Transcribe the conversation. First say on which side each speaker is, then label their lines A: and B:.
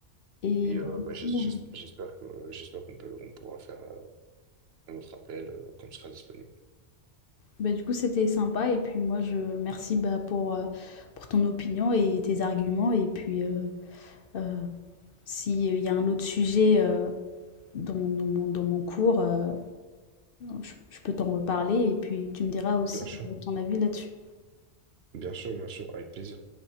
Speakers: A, on the left (about 60°); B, on the right (about 65°).
A: Et
B: Et
A: bah,
B: euh,
A: du
B: bah,
A: coup,
B: j'es- j'es-
A: euh,
B: j'espère que j'espère qu'on peut on pourra faire euh, un autre appel euh, quand tu seras disponible.
A: bah, du coup, c'était sympa. Et puis moi, je merci bah, pour, euh, pour ton opinion et tes arguments. Et puis, euh, euh, S'il y a un autre sujet, heu, dans dans mon dans mon cours, heu, je je peux t'en reparler et puis tu me diras aussi,
B: Bien sûr,
A: ton avis là-dessus.
B: bien sûr, bien sûr, avec plaisir.